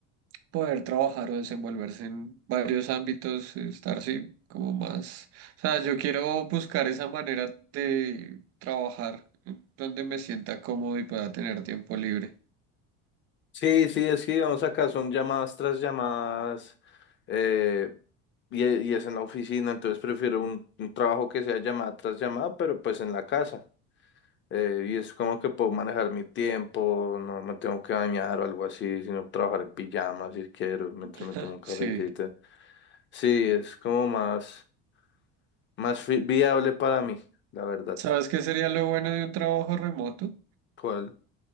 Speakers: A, on the right (about 45°); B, on the left (about 35°).
A: poder trabajar o desenvolverse en varios ámbitos, estar así como más. O sea, yo quiero buscar esa manera de trabajar donde me sienta cómodo y pueda tener tiempo libre.
B: Sí, sí, es que digamos acá son llamadas tras llamadas eh, y, e- y es en la oficina, entonces prefiero un, un trabajo que sea llamada tras llamada, pero pues en la casa. eh, y es como que puedo manejar mi tiempo, no me tengo que bañar o algo así, sino trabajar en pijama si quiero, mientras
A: <laughs>
B: me tomo un cafecito.
A: Sí.
B: Sí, es como más, más fi- viable para mí, la verdad.
A: ¿Sabes qué sería lo bueno de un trabajo remoto
B: ¿Cuál?